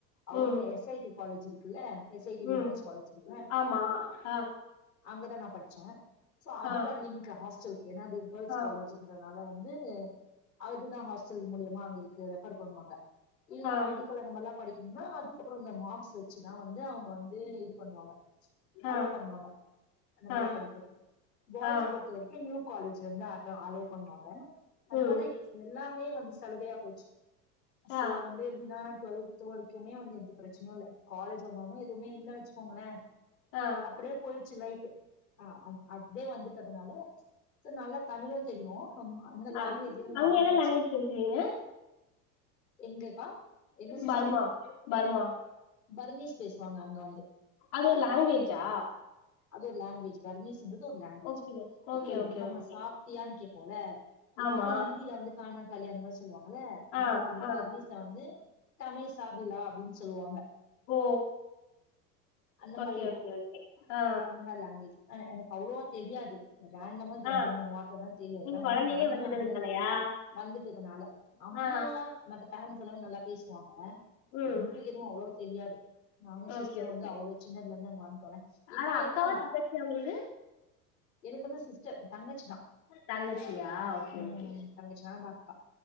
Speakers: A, on the left; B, on the left.
A: ம்
B: அவுங்களே
A: ம்
B: எஸ் ஐடி காலேஜ் இருக்கு க்குல்ல எஸ் ஐ டி
A: ம்
B: உமன்ஸ் காலேஜ் இருக்குல
A: ஆமா ஆ ஹா
B: அங்கதா நா படிச்சே சோ அதுதா
A: ஆ
B: லிங்க் ஹாஸ்டலக்கு ஏன்னா அது கேர்ள்ஸ்
A: ஆ
B: காலேஜ் இந்த வேல வந்து அதுதா ஹாஸ்டல் மூலியமா அவிங்களுக்கு ரெஃபர் பண்ணுவாங்க இல்ல
A: ஆ
B: மெடிக்கல் அந்த மாரிலா படிக்கணும்னா அதுக்கப்றோ இந்த மார்க்ஸ் வெச்சிதா வந்து அவுங்க வந்து இது பண்ணுவாங்க
A: ஆ
B: அலோ பண்ணுவாங்க அந்த மாரி
A: ஆ
B: படிக்கிறதுக்கு பாய்ஸ்
A: ஆ
B: பொறுத்த வரைக் கே நியூ காலேஜ் வந்து அட் அலோ பண்ணுவாங்க அந்த
A: ம்
B: மாதிரி எல்லாமே வந்து சலுகையா போச்சு சோ
A: ஆ
B: வந்து எப்டின்னா டு்வெல்த் வரைக்குமே வந்து எந்த பிரச்சனையு இல்ல காலேஜ் வந்தோன்னே எதுவுமே இல்ல வெச்சிக்கோங்களே
A: ஆ
B: அப்டியே போயிட்ச்சி லைஃப் ஆ அதே வந்துட்டனால சோ நல்லா தமிழு தெரியு அந்த லாங்குவேஜியும்
A: ஆ
B: மறந்தாச்சி
A: அங்க என்ன லாங்குவேஜ் பேசுவீங்க
B: எங்கக்கா எங்க சிஸ்டர்
A: பர்மா பர்மா
B: பர்னிஸ் பேசுவாங்க அங்க வந்து
A: அது ஒரு லாங்குவேஜா
B: அது ஒரு லாங்குவவேஜ் பர்னீஸ் இங்கறது ஒரு லாங்குவேஜ்
A: ஓகே
B: லாங்குவேஜ்
A: ஓகே
B: இப்ப எப்டினா
A: ஓகே
B: நம்ம
A: ஓகே
B: சாப்ட்டியான்னு கேபோம்ல இப்ப
A: ஆமா
B: வந்து ஹிந்தியில வந்து கானா காயா அந்த மாரி சொல்லுவாங்கல்ல
A: ஆ
B: ஆனா வந்து
A: ஆ
B: பர்னிஸ்ல வந்து தமேசாபிலா அப்டின்னு சொல்லுவாங்க
A: ஓ
B: அந்த மாரி
A: ஓகே
B: இருக்கு
A: ஓகே ஓகே ஆ
B: அந்த மாரி லாங்குவேஜ் ஆ எனக்கு அவ்ளோவா தெரியாது ரேண்டமா ரெண்டு
A: ஆ
B: மூணு வார்த்த தா தெரியு
A: நீங்க
B: ஏன்னா
A: கொழந்தையிலே
B: வந்து நானுமே
A: வந்துட்டதுனாலயா
B: அங்க இருந்து வந்துட்டதுனால அம்மா
A: ஆ
B: மத்த பேரண்ட்ஸ் எல்லாமே நல்லா பேசுவாங்க
A: ம்
B: எங்க எதுவு அவ்ளவா தெரியாது நானு சிஸ்டர்
A: ஓகே
B: வந்து
A: ஓகே
B: அவ்ளோ சின்னதுல இருந்து இங்க வந்துடோல்ல இப்ப
A: ஆனா
B: இருக்காங்க
A: அக்காவா தங்கச்சியா உங்களுக்கு
B: என்னத்கு வந்து சிஸ் தங்கச்சி தா
A: தங்கச்சியா ஓகே
B: ம்
A: ஓகே
B: தங்கச்சி தா நாந்தா அக்கா